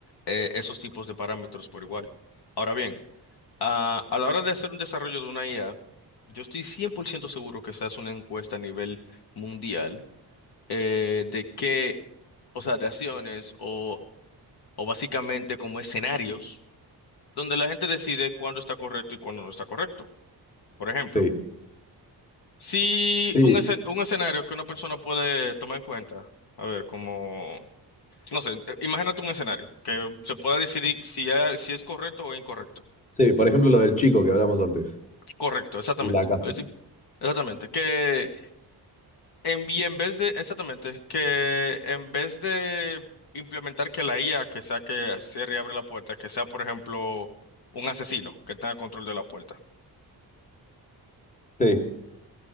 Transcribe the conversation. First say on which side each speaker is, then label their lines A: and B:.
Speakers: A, on the left; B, on the left.
A: eh, esos tipos de parámetros por igual. Ahora bien, a, a la hora de hacer un desarrollo de una IA, yo estoy 100% seguro que se hace una encuesta a nivel mundial eh, de qué, o sea, de acciones o, o básicamente como escenarios donde la gente decide cuándo está correcto y cuándo no está correcto. Por ejemplo.
B: Sí,
A: Sí,
B: sí,
A: un, escen- un escenario que una persona puede tomar en cuenta. A ver, como, no sé, eh, imagínate un escenario que se pueda decidir si, hay- si es correcto o incorrecto.
B: sí. Por ejemplo, lo del chico que hablamos antes,
A: Correcto, exactamente.
B: de la casa.
A: lo estoy- Exactamente. Que en, y en vez de, exactamente, que en vez de implementar que la IA que sea que cierre y abre la puerta, que sea, por ejemplo, un asesino que tenga control de la puerta.
B: Sí,